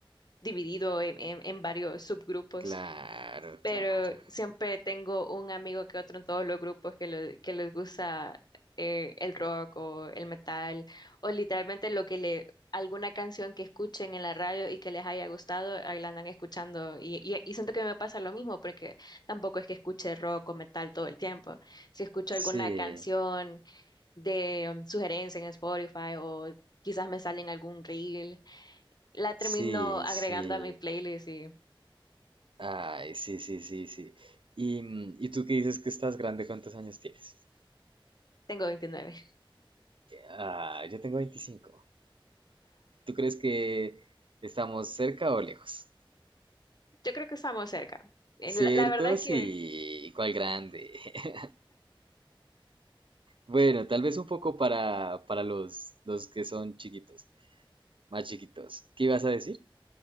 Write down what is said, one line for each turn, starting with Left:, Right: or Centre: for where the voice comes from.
Left: dividido en, en- en varios subgrupos.
Right: Claro,
Left: pero
Right: claro.
Left: siempre tengo un amigo que otro en todos los grupos que, le- que les gusta eh, el rock o el metal o literalmente lo que le alguna canción que escuchen en la radio y que les haya gustado, ahí la andan escuchando y, y, y siento que me pasa lo mismo porque tampoco es que escuche rock o metal todo el tiempo. Si escucho alguna
Right: Sí,
Left: canción de mm, sugerencia en Spotify o quizás me sale en algún reel, la termino
Right: sí,
Left: agregando
Right: sí.
Left: a mi playlist y
Right: Ay, sí, sí, sí, sí. Y, mm, ¿y tú qué dices que estás grande? ¿Cuántos años tienes?
Left: tengo 29.
Right: Ah, yo tengo veinticinco ¿Tú crees que estamos cerca o lejos?
Left: Yo creo que estamos cerca. En
Right: ¿Cierto?
Left: La, la verdad es
Right: Sí,
Left: que
Right: cuál grande. <laughs> Bueno, tal vez un poco para, para los, los que son chiquitos, más chiquitos. ¿Qué ibas a decir?